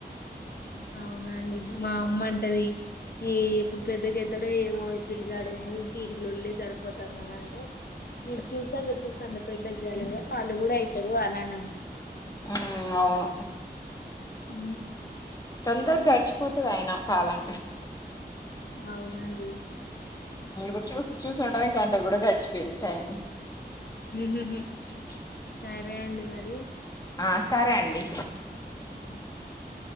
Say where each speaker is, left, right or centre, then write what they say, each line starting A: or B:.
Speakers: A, on the left; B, on the left.
A: అవునండి మా అమ్మ అంటది ఈ ఎప్పుడు పెద్దగయితాడో ఏమో పిలిగాడు కీలొల్లి సరిపోతుంది అని అంటే మీరు చూస్తంగా చూస్తాంగా పెద్దగాలేదా వాళ్ళు కూడా అయితారు అనినండి
B: మ్మ్ అవును
A: ఉ
B: తొందరగ గడిచిపోతది అయినా కాలం
A: అవునండి
B: కూడా చూసి చూసి ఉండగా గంట కూడా గడిచిపోయింది టైమ్
A: హు హు హు సరే అండి మరి
B: ఆ సరే అండి
A: ఉ